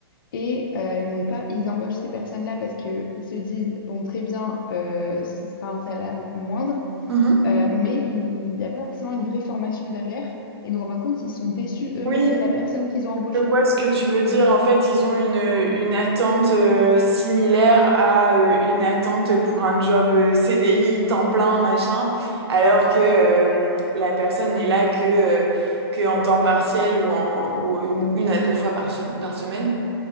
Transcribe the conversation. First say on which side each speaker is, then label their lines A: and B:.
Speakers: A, on the left; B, on the right.
A: Et euh, ils n'ont pas, ils embauchent ces personnes-là parce qu'ils se disent, bon, très bien, euh, ce sera un salaire moindre.
B: Mhm.
A: Euh, mais il n'y a pas forcément une vraie formation derrière. Et donc, en fin de compte, ils sont déçus eux-mêmes
B: Oui,
A: de la personne qu'ils ont embauchée.
B: je vois ce que tu veux dire. En fait, ils ont une, une attente euh, similaire à euh, une attente pour un job euh, CDI, temps plein, machin, alors que euh, la personne n'est là que, euh, que en temps partiel ou, en, ou une, une à deux fois par, se- par semaine.